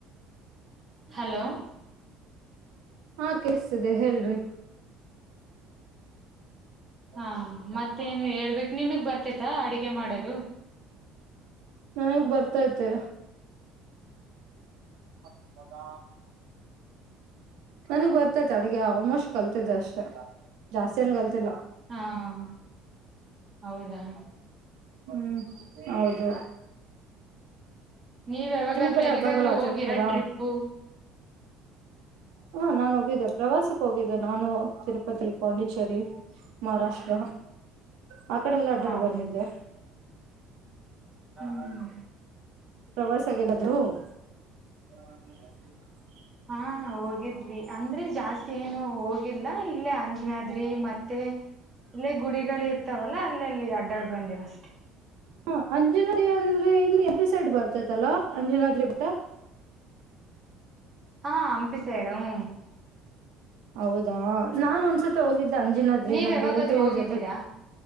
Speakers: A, on the right; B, on the right.
A: ಹಲೋ
B: ಹಾ ಕೆಲ್ಸ್ತಿದೆ ಹೇಳ್ರಿ
A: ಹಾ ಮತ್ತೇನು ಹೇಳ್ಬೇಕ ನಿಮಗ್ ಬರ್ತೆೇತ ಅಡಿಗೆ ಮಾಡೋದು
B: ನನಗ್ ಬರ್ತೈತೆ ಹದ ನನಗ್ ಬರ್ತೈತೆ ಅಡಗೆ ಆಲ್ಮೋಸ್ಟ್ ಕಲ್ತಿದೆ ಅಷ್ಟೆ ಜಾಸ್ತಿಯನ್ ಕಲ್ತಿಲ್ಲ
A: ಹಾ ಹಾ ಹ ಹೌದಾ
B: ಹ್ಮ್ ಹೌದು
A: ನೀವ್ ಯಾವಾಗಾದ್ರೂ
B: ನಿಮ್ ಕಡೆ
A: ಎಲ್ಗಾದ್ರೂ
B: ಹಬ್ಬಾಗಲ್ಲ ಆಚರಿಸತಾರಾ
A: ಹೋಗಿರಾ ಟ್ರಿಪ್ಪು
B: ಹಾ ನಾನು ಹೋಗಿದ್ದೆ ಪ್ರವಾಸಕ್ ಹೋಗಿದ್ದೆ ನಾನು ತಿರುಪತಿ ಪಾಂಡಿಚೇರಿ ಮಹಾರಾಷ್ಟ್ರ ಆ ಕಡೆ ಎಲ್ಲ ಅಡ್ಡಾಡ್
A: ಹಾ
B: ಬಂದಿದ್ದೆ
A: ಹ ಹ್ಮ
B: ಪ್ರವಾಸ ಆಗಲ್ಲಾದ್ರು ಹ ಹ
A: ಹಾ
B: <unintelligible>
A: ಹೋಗಿದ್ವಿ ಅಂದ್ರೆ ಜಾಸ್ತಿ ಏನು ಹೋಗಿಲ್ಲ ಇಲ್ಲೇ ಅಂಜನಾದ್ರಿ ಮತ್ತೆ ಅಲ್ಲೇ ಗುಡಿಗಳು ಇರ್ತಾವಲ್ಲಾ ಅಲ್ಲ ಅಲ್ಲಿ ಅಡ್ಡಾಡ್ ಬಂದಿವ್ ಅಷ್ಟೆ
B: ಹಾ ಅಂಜನಾದ್ರಿ ಅಂದ್ರೆ ಇಲ್ಲಿ ಎ ಬಿ ಸೈಡ್ ಬರ್ತೈತಲ್ಲಾ ಅಂಜನಾದ್ರಿ ಬುಟ
A: ಹ ಅಂಪಿಸಡು ಹ
B: ಹೌದಾ ನಾನ ಒಂದ್ಸತಿ ಹೋಗಿದ್ದ ಅಂಜನದ್ರಿ
A: ನೀವ್
B: ನಮ್ಗೆಲ್ಲ
A: ಯಾವಾಗಾದ್ರೂ
B: ತಿರ
A: ಹೋಗಿದ್ದೀರಾ
B: ಜೊತೆ